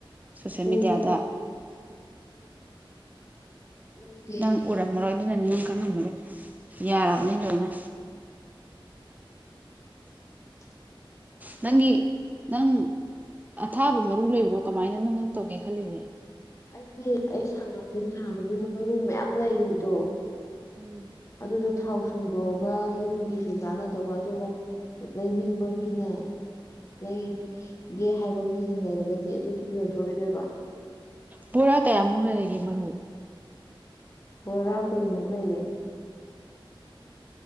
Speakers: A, on the right; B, on the left.
A: ꯁꯣꯁꯦꯜ
B: ꯎꯗꯤ
A: ꯃꯦꯗꯤꯌꯥꯗ
B: ꯎꯗꯦ ꯑꯩꯗꯤ
A: ꯅꯪ ꯎꯔꯝꯃꯔꯣꯏ ꯑꯗꯨꯅꯅꯤ ꯅꯪ ꯈꯪꯉꯝꯃꯔꯣꯏ ꯌꯥꯔ ꯅꯤ ꯂꯣꯏꯅ
B: <inaudible>
A: ꯅꯪꯒꯤ ꯅꯪ ꯑꯊꯥꯕ ꯃꯔꯨ ꯂꯩꯕ꯭ꯔꯣ ꯀꯃꯥꯏꯅꯅꯣ ꯅꯪ ꯇꯧꯒꯦ ꯈꯜꯂꯤꯖꯦ
B: ꯑꯩꯒꯤ ꯑꯩ ꯁꯪꯉꯝ ꯊꯥꯕꯒꯤ ꯃꯔꯨ ꯃꯌꯥꯝ ꯂꯩꯗꯣ
A: ꯎꯝ
B: ꯑꯗꯨꯗꯣ ꯊꯥꯎ ꯁꯨꯡꯗꯣꯛꯑꯒ ꯌꯨꯝꯒꯤꯖꯨ ꯆꯥꯟꯅꯗꯧꯕ ꯑꯗꯨꯒ ꯂꯩꯅꯤꯡꯕ ꯃꯤꯅ ꯂꯩꯒꯦ ꯍꯥꯏꯕ ꯃꯤꯁꯤꯡ ꯂꯩꯔꯒꯗꯤ ꯑꯗꯨꯁꯨ ꯌꯣꯟꯊꯣꯛꯈꯤꯗꯣꯏꯕ
A: ꯕꯣꯔꯥ ꯀꯌꯥꯃꯨꯛ ꯂꯩꯔꯤꯒꯦ ꯃꯔꯨ
B: ꯕꯣꯔꯥ ꯀꯨꯟꯃꯨꯛ ꯂꯩꯔꯦ